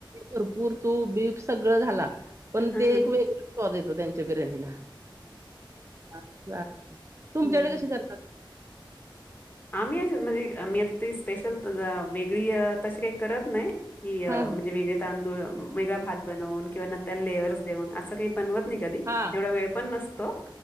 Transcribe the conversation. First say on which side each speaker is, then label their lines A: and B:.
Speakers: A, on the right; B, on the left.
A: भरपूर तूप बीप सगळं घाला. पण
B: हम्म
A: ते एक वेग तो देतो त्यांच्या बिर्याणीला चालेल तुमच्याकडे
B: हम्म
A: कशी करतात?
B: आम्ही अशीच. म्हणजे मी आ ती स्पेशल वेगळी तशी करत नाही- कि म्हणजे
A: हां, हां.
B: वेगळे तांदूळ वेगळा भात बनवून किंवा मग त्याला लेअर्स देऊन असं काही बनवत- नाही कधी.
A: हां.
B: एवढा वेळ पण नस- तो